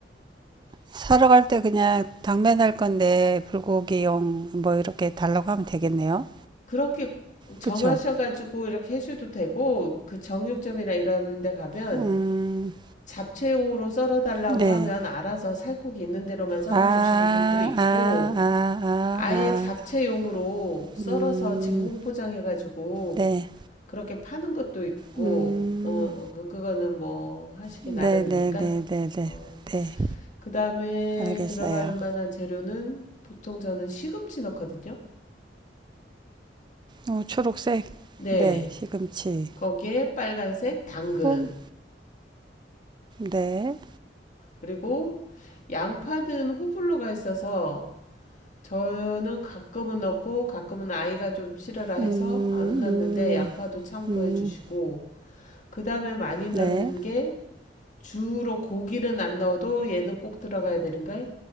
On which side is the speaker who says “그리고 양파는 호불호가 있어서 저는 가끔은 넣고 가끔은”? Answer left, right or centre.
Left